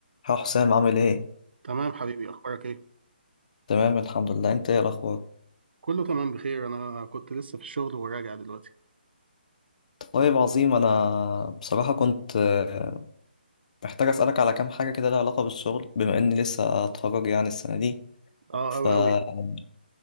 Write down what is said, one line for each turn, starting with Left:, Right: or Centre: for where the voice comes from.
Left: ها حسام عامل ايه؟
Right: تمام حبيبي اخبارك ايه
Left: تمام الحمد لله انت ايه الاخبار؟
Right: كله تمام بخير انا كنت لسه في الشغل وراجع دلوقتي
Left: طيب عظيم انا بصراحة كنت آه، محتاج اسألك على كام حاجة كده لها علاقة بالشغل بما اني لسه اتخرج يعني السنة دي
Right: اه
Left: فكنت
Right: اوي اوي